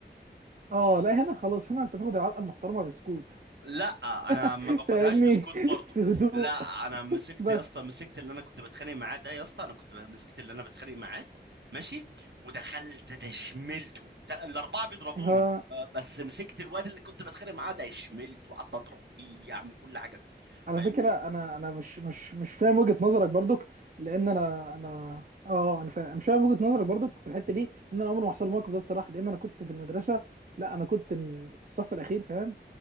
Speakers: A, on the right; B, on the right.
A: اه لا هنا خلاص هنا انت تاخد العلقه المحترمه بسكوت
B: لا انا
A: <laughs>
B: ما باخدهاش
A: فاهمني
B: بسكوت برضو
A: في هدوء
B: لا انا مسكت
A: بس
B: يا اسطى مسكت اللي انا كنت بتخانق معاه ده يا اسطى انا كنت ب- مسكت اللي انا بتخانق معاه ماشي ودخلت ده شملته ده الاربعه بيضربوني
A: ها
B: آه، بس مسكت الواد اللي كنت بتخانق معاه ده شملته وقعدت اضرب فيه اعمل كل حاجه فيه
A: على
B: فاهمني
A: فكرة انا انا مش مش مش فاهم وجهة نظرك برضك لان انا انا اه انا فاهم مش فاهم وجهة نظرك برضك في الحتة دي ان انا عمري ما حصل الموقف ده الصراحة لان انا كنت في المدرسة لا انا كنت في الصف الاخير فاهم